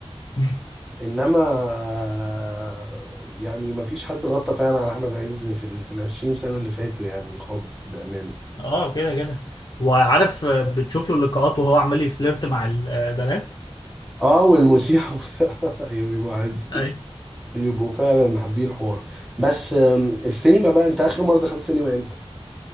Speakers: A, on the left (about 40°); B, in the centre.
A: <laughs>
B: انما آه، يعني ما فيش حد غطى فعلا على احمد عز في ال في 20 سنه اللي فاتوا يعني خالص بامان
A: اه كده كده وعارف آه، بتشوف له اللقاءات وهو عمال يفليرت مع البنات
B: اه والمسيح وبتاع. <laughs> ايوه بيبقوا عادي.
A: ايوه
B: يبقوا فعلا حابين الحوار بس آم، السينما بقى انت اخر مره دخلت سينما امتى